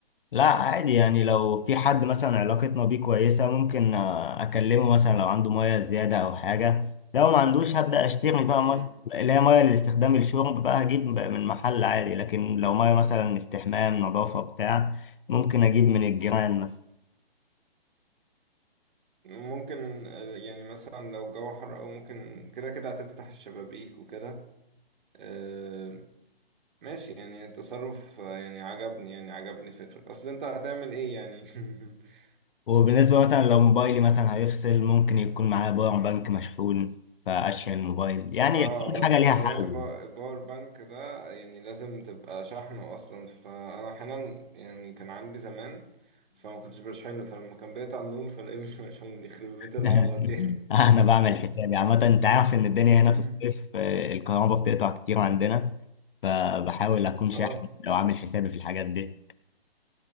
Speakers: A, on the left; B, on the right.
A: لا عادي يعني لو في حد مثلا علاقتنا بيه كويسة ممكن آه، أكلمه مثلا لو عنده مية زيادة أو حاجة لو ما عندوش هبدأ أشتري بقى
B: مم.
A: مية اللي هي مية لاستخدام الشرب بقى هجيب من محل عادي لكن لو مية مثلا استحمام نظافة بتاع ممكن أجيب من الجيران مثلا
B: ممكن آه، يعني مثلا لو الجو حر أو ممكن كده كده هتفتح الشبابيك وكده آه، ماشي يعني التصرف آه، يعني عجبني يعني عجبني فكرة أصل أنت هتعمل إيه يعني <laughs>
A: وبالنسبة مثلا لو موبايلي مثلا هيفصل ممكن يكون معايا باور بانك مشحون فأشحن الموبايل يعني
B: اه
A: كل
B: بس
A: حاجة ليها
B: خلي
A: حل
B: بالك البا- الباور بانك ده يعني لازم تبقى شحنه اصلا فانا احيانا يعني كان عندي زمان فما كنتش بشحنه فلما كان بيقطع النور فلاقيه مش مشحون يخرب
A: <laughs>
B: بيت العبط يعني
A: انا بعمل حسابي عامة انت عارف ان الدنيا
B: مم.
A: هنا في الصيف آه، الكهرباء بتقطع كتير عندنا فبحاول اكون شاحن
B: اه
A: لو عامل حسابي في الحاجات دي